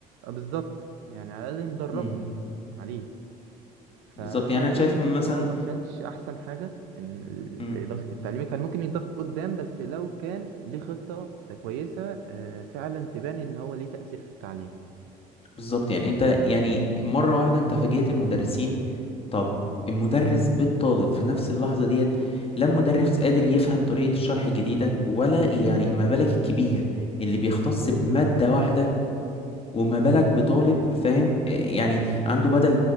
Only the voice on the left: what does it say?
امم
بالظبط يعني
أنا شايف
مثلا
امم
بالظبط يعني أنت يعني مرة واحدة أنت فاجئت المدرسين طب المدرس بالطالب في نفس اللحظة ديت لا مدرس قادر يفهم طريقة الشرح الجديدة ولا يعني ما بالك الكبير اللي بيختص بمادة واحدة وما بالك بطالب فاهم آه، يعني عنده بدل